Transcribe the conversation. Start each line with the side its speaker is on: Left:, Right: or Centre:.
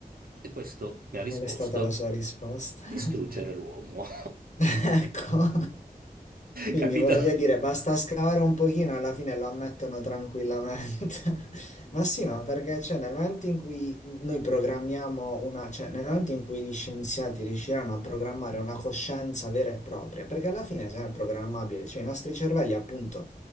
Right: E questo mi ha risposto:
Left: Qual è stata la sua risposta?
Right: distruggere
Left: <laughs>
Right: l'uomo.
Left: <laughs> Ecco, quindi
Right: <laughs> Capito?
Left: voglio
Right: <laughs>
Left: dire, basta scavare un pochino, e alla fine lo ammettono tranquillamente. <laughs> Ma sì, ma perché cioè, nel momento in cui noi programmiamo una, cioè nel momento in cui gli scienziati riusciranno a programmare una coscienza vera e propria, perché alla fine se è sempre programmabile, cioè i nostri cervelli appunto